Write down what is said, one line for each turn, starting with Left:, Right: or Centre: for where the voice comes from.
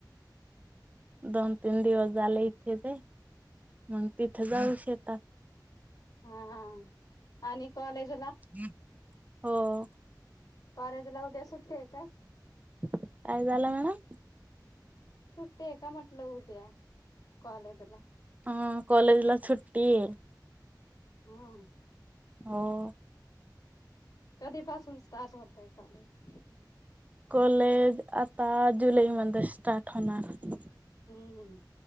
Right: दोन तीन दिवस झाले इथेच हाय, मग तिथे जाऊ शेतात.
Left: हा. आणि कॉलेज
Right: <inaudible> हो.
Left: कॉलेज ला उद्या सुट्टी हाय काय?
Right: काय झालं मॅडम?
Left: सुट्टी आहे का म्हटलं ऊद्या कॉलेजला?
Right: ह कॉलेज ला सुट्टीये.
Left: हम्म.
Right: हो.
Left: कधीपासून स्टार्ट होतय कॉलेज?
Right: कॉलेज आता जुलैमध्ये स्टार्ट होणारं.
Left: हम्म हम्म.